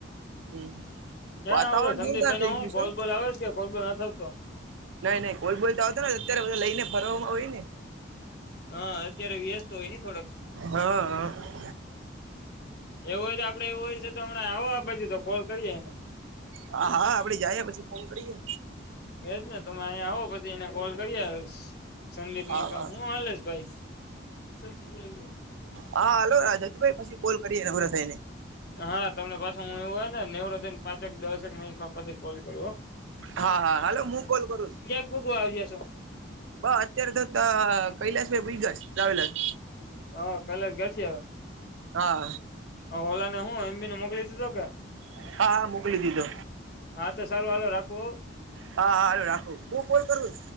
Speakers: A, on the right (about 80°); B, on the left (about 55°).
A: હમ
B: ક્યાં
A: વાતાવરણ
B: ઓલો સંદીપભાઈ
A: જોરદાર થઇ
B: નો હું
A: ગયું છે.
B: કોલબોલ આવે છે કે કોલબોલ ન થતો
A: નઈ નઈ કોઈ બોલતા આવતાને અત્યારે બધા લઈ ને ફરવવામાં હોય ને.
B: હા અત્યારે વ્યસ્ત હોય ને થોડક.
A: હા હા
B: એવું હોય તો આપડે એવું હોય છે તો હમણાં આવો આ બાજુ તો કોલ કરીએેને.
A: હા હા આપડે જઈએ પછી ફોન કરીએ.
B: એજ ને તમે અહીંયા આવો પછી એને કોલ કરી સંદીપને
A: હા
B: કે
A: હા
B: હું હલેશ ભાઈ. <inaudible>
A: હા હલો રાજતભાઈ પછી કોલ કરીએ નવરા થઈ ને
B: હા તમને પાછસે હું એવું હોય ને <unintelligible> ને પાંચક દસક મિનિટમાં પછી કોલ કરવો
A: હા હા હાલો હું કોલ કરુ
B: <unintelligible>
A: બ અત્યારે તો કૈલાસભાઈ <unintelligible>
B: <unintelligible>
A: હા
B: ઓલા ને હું એમ બીને મોકલી દીધ કે?
A: હા હા મોકલી દીધો.
B: હા તો સારું હાલ રાખવો.
A: હા હાલલો રાખો બું કોલ કરું